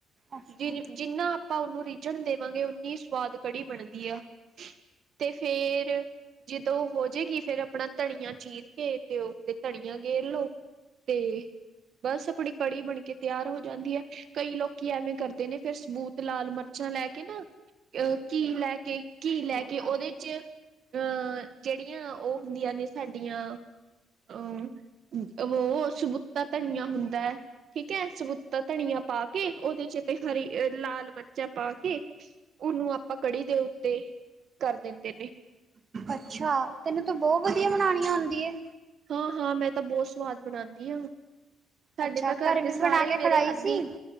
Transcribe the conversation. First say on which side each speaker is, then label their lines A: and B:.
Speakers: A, on the right; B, on the right.
A: ਅੱਛਾ
B: ਜਿ ਜਿੰਨਾ ਆਪਾਂ ਉਹਨੂੰ ਰਿੱਝਣ ਦੇਵਾਂਗੇ ਓਨੀ ਸਵਾਦ ਕੜੀ ਬਣਦੀ ਆ ਤੇ ਫੇਰ ਜਦੋਂ ਹੋਜੇਗੀ ਫੇਰ ਆਪਣਾ ਧਨੀਆ ਚੀਰ ਕੇ ਤੇ ਉਸਦੇ ਧਨੀਆ ਗੇਰ ਲੋ ਤੇ ਬਸ ਆਪਣੀ ਕੜੀ ਬਣਕੇ ਤਿਆਰ ਹੋ ਜਾਂਦੀ ਐ ਕਈ ਲੋਕੀ ਐਵੇਂ ਕਰਦੇ ਨੇ ਫਿਰ ਸਬੂਤ ਲਾਲ ਮਿਰਚ ਲੈ ਕੇ ਨਾ ਅਹ ਘੀ ਲੈ ਕੇ ਘੀ ਲੈ ਕੇ ਉਹਦੇ ਵਿੱਚ ਅਹ ਜਿਹੜੀਆਂ ਉਹ ਹੁੰਦੀਆਂ ਨੇ ਸਾਡੀਆਂ ਅਹ ਹੋ ਸਬੁਤਾ ਧਨੀਆ ਹੁੰਦਾ ਠੀਕ ਐ ਸਬੁਤਾ ਧਨੀਆ ਪਾ ਕੇ ਉਹਦੇ ਚ ਤੇ ਹਰੀ ਲਾਲ ਪਾ ਕੇ ਉਹਨੂੰ ਆਪਾਂ ਕੜੀ ਦੇ ਓਤੇ ਕਰ ਦਿੰਦੇ ਨੇ
A: ਅੱਛਾ, ਤੈਨੂੰ ਤਾਂ ਬਹੁਤ ਵਧੀਆ ਬਨਾਣੀ ਆਂਦੀ ਐ
B: ਹਾਂ, ਹਾਂ ਮੈਂ ਤਾਂ ਬਹੁਤ ਸਵਾਦ ਬਣਾਣੀ ਆ ਸਾਡੇ
A: ਅੱਛਾ
B: ਤਾਂ
A: ਘਰ
B: ਘਰਦੇ
A: ਵੀ
B: ਸਾਰੇ
A: ਬਣਾ ਕੇ
B: ਹੀ ਮੇਰੇ
A: ਖਿਲਾਈ
B: ਹੱਥ
A: ਸੀ
B: ਦੀ